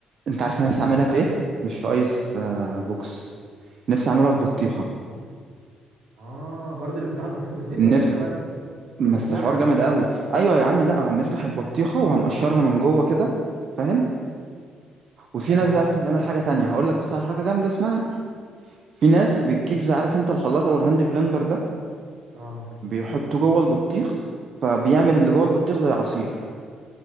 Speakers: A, on the right (about 55°); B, on the right (about 80°).
A: انت عارف
B: ونجيب
A: انا نفسي اعملها في
B: بقى
A: ايه مش في ايس آه، بوكس نفسي اعملها في بطيخه
B: اه برضه اللي بيفتحوا البطيخه بس دي
A: نفت
B: تبقى بطيخه بس بيحطوا
A: بس
B: جواها
A: حوار
B: حاجه
A: جامد قوي ايوه يا عم لا هنفتح البطيخه وهنقشرها من جوه كده فاهم وفي
B: لا
A: ناس
B: بس
A: بقى
B: بص
A: بتعمل حاجة تانية هقول لك بس على حركة جامدة اسمعني في ناس بتجيب زي عارف انت الخلاط او الهاند بلندر ده
B: اه
A: بيحطوه جوه البطيخ فبيعمل اللي جوه البطيخ زي عصير